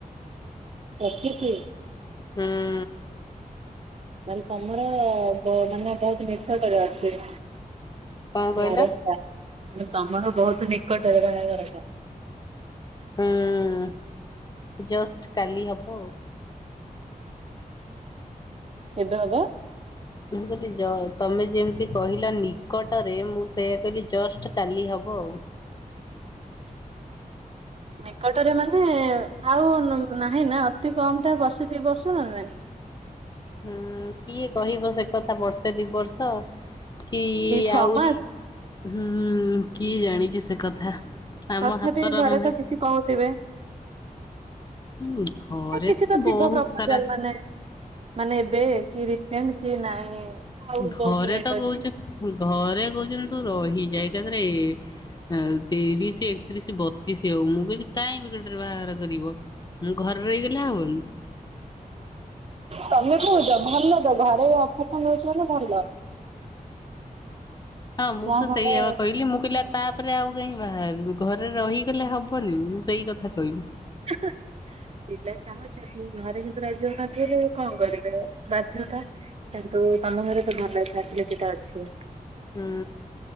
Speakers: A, on the right; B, on the left.
A: ପଚିଶି।
B: ହୁଁ
A: ତାଲେ ତମର ମାନେ ବହୁତ ମିଛ ନିଟକରେ ଅଛି।
B: କଣ କହିଲ
A: ସାତେ ସା ତମର ବହୁତ ନିକଟରେ କ ଦରକାର।
B: ହୁଁ। ଯଷ୍ଟ କାଲି ହବ ଆଉ।
A: କେବେ ହବ?
B: ମୁଁ କହିଲି ଯ ତମେ ଯେମିତି କହିଲ ନିକଟରେ ମୁଁ ସେଇୟା କହିଲି ଜଷ୍ଟ କାଲି ହବ ଆଉ।
A: ନିକଟରେ ମାନେ ଆଉ ନୁ ନାହିଁ ନା ଅତି କମ ଟା ବର୍ଷେ ଦି ବର୍ଷ ନା ନାଇଁ?
B: ହୁଁ କିଏ କହିବ ସେ କଥା ବର୍ଷେ ଦି ବର୍ଷ -- କି
A: ଛଅ
B: ଆଉରି
A: ମାସ
B: ହୁଁ କିଏ ଜାଣିଚି ସେ କଥା। ଆମ
A: ତଥାପି
B: ହାତର
A: ଘରେ
B: ନୁହେଁ।
A: ତ କିଛି କହୁଥିବେ?
B: ହୁଁ ଘରେ
A: କିଛି ତ
B: ବହୁତ
A: ଥିବ ପ୍ରପୋଜାଲ
B: ସାରା
A: ମାନେ ମାନେ ଏବେ କି ରିସେଣ୍ଟ କି ନାଇଁ ଆଉ
B: ଘରେ
A: ବହୁତ ଲେଟ୍
B: ତ
A: ଅଛି
B: କହୁଛ ଘରେ କହୁଛଛନ୍ତି ତୁ ରହି ଯା ଏକାଥରେ ଏ ଆଉ ତିରିଶ ଏକତିରିଶ ବତିଶ ହଉ ମୁଁ କହିଲି କାଇଁ ବେକାର ଟାରେ ବାହାଘର କରିବ। ମୁଁ ଘରେ ରହିଗଲେ ହବନି।
A: ତମେ କହୁଚ ଭଲ ତ ଘରେ ଅଫରଟା ମିଳୁଚି ମାନ ଭଲ।
B: ହଁ, ମୁଁ
A: ଯାହା
B: ତ
A: ଘରେ
B: ସେଇ ହେବ କହିଲି ମୁଁ କହିଲି ଆ ତାପରେ ଆଉ କାହିଁ ବାହାହେବି। ଘରେ ରହିଗଲେ ହବନି ମୁଁ ସେଇ କଥା କହିଲି।
A: ହାଁ ହାଁ ପିଲା ଚାହୁଁ ଘରେ କିନ୍ତୁ ରାଜି ହଉନଥିଲେ କଣ କରିବେ ବାଧ୍ୟତା। କିନ୍ତୁ ତମ ଘରେ ତ ଭଲ ଫସିଲିଟିଟା ଅଛି।
B: ହୁଁ।